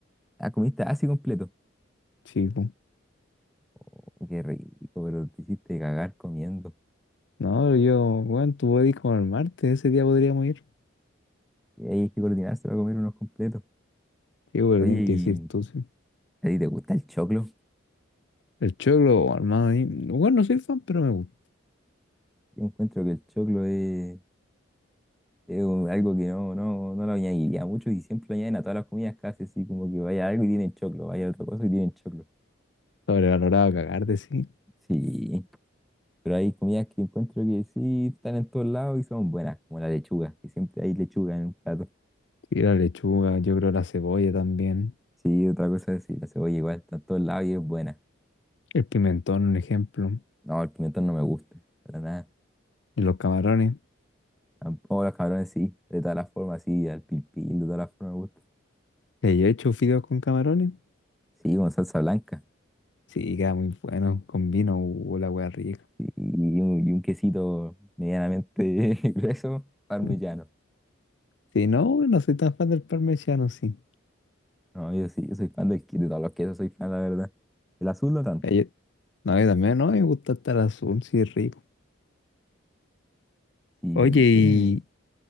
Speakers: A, in the centre; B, on the left.
A: Ah, comiste así completo.
B: chico.
A: Oh, qué rico, pero te hiciste cagar comiendo.
B: No, yo, bueno, tú podés ir como el martes, ese día podríamos ir.
A: Y ahí hay que coordinarse para comer unos completos.
B: Sí, pero
A: Oye,
B: tienes
A: ¿y
B: que decir tú, sí.
A: a ti te gusta el choclo?
B: El choclo, oh, hermano, a mí- bueno, no soy fan, pero me gusta.
A: Yo encuentro que el choclo es, es un- algo que no, no, no lo añadiría mucho y siempre lo añaden a todas las comidas casi así, como que vaya algo y tienen choclo, vaya otra cosa y tienen choclo.
B: Sobrevalorado a cagar de sí.
A: Sí, pero hay comidas que encuentro que sí están en todos lados y son buenas, como la lechuga, que siempre hay lechuga en un plato.
B: Sí, la lechuga, yo creo la cebolla también.
A: Sí, otra cosa es decir, la cebolla igual está en todos lados y es buena.
B: El pimentón, un ejemplo.
A: No, el pimentón no me gusta, para nada.
B: Y los camarones.
A: Tampoco los cabrones sí, de todas las formas, sí, al pil pil, de todas las formas me gusta.
B: ¿Le he hecho fideos con camarones?
A: Sí, con salsa blanca.
B: Sí, queda muy bueno. Con vino, uh, la wea rica.
A: Sí, y un, y un quesito medianamente <laughs> grueso, parmesano.
B: <laughs> Si no, no soy tan fan del parmesano, sí.
A: No, yo sí, yo soy fan del, que- de todos los quesos, soy fan, la verdad. El azul no tanto.
B: ay no, yo también, no, me gusta estar azul, sí, es rico.
A: ¿Y
B: Oye, y
A: qué